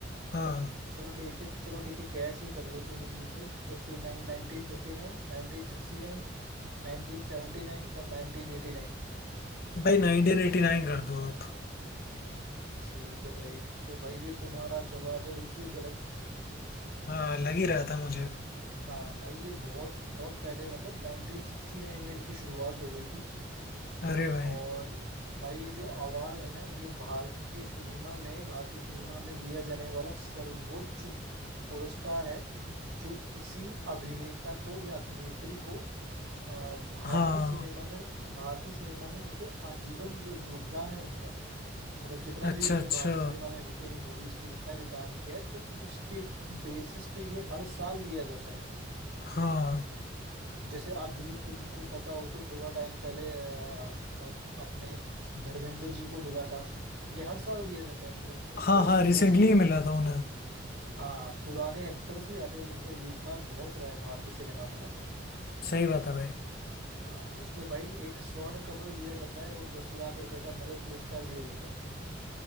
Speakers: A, on the left; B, on the right.
A: हाँ
B: चलो ठीक है चलो ठीक है गैस ही कर लो तुम इनमें से fifty nine nineteen fifty nine nineteen sixty nine nineteen seventy nine और नाइनटीन एटी नाइन
A: भाई 1989 कर दो आप
B: ठीक है भाई तो भाई ये तुम्हारा जवाब है बिल्कुल गलत
A: हाँ लग ही रहा था मुझे
B: हाँ भाई ये बहुत बहुत पहले मतलब नाइनटीन सिक्सटी नाइन में इनकी शुरुआत हो गई थी
A: अरे भाई
B: और भाई ये जो अवार्ड है ना ये भारत के सिनेमा में भारतीय सिनेमा में दिया जाने वाला सर्वोच्च पुरस्कार है जो किसी अभिनेता को या अभिनेत्री को अ, भारतीय
A: हाँ
B: सिनेमा में भारतीय सिनेमा में उनके आजीवन जो योगदान है उनका मतलब जितना
A: अच्छा
B: भी उन्होंने
A: अच्छा
B: भारतीय सिनेमा में जितनी भी मूवीज की जितना भी काम किया है तो उसके बेसिस पे ये हर साल दिया जाता है
A: हाँ
B: जैसे अभी तुमको पता हो तो थोड़ा टाइम पहले अ, अ, अपने धर्मेंद्र जी को मिला था ये हर साल दिया जाता है मतलब
A: हाँ
B: और इसमें
A: हाँ रिसेंटली
B: मोस्टली
A: मिला था उन्हें
B: हाँ पुराने एक्टर्स ही आते हैं जिनका योगदान बहुत रहा है भारतीय सिनेमा में ना
A: सही बात है भाई
B: हाँ इसमें भाई एक स्वर्ण कमल दिया जाता है और दस लाख रुपए का नगद पुरस्कार दिया जाता है